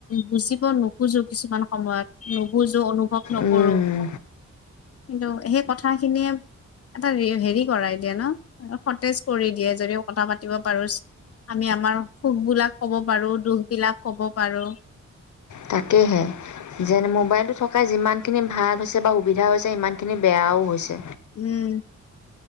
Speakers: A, on the left; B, on the left.
A: বুজিব নোখোজোঁ কিছুমান সময়ত, নুবুজো অনুভৱ নকৰোঁ।
B: উম,
A: কিন্তু সেই কথা খিনিয়ে এটা হেৰি কৰাই দিয়ে ন, সতেজ কৰি দিয়ে যদিও কথা পাতিব পাৰো চ, আমি আমাৰ সুখ বোলাক ক'ব পাৰো, দুখ বিলাক ক'ব পাৰো
B: তাকেহে। যেন মোবাইলটো থকাই যিমানখিনি ভাল হৈছে বা সুবিধা হৈছে সিমানখিনি বেয়াও হৈছে।
A: উম,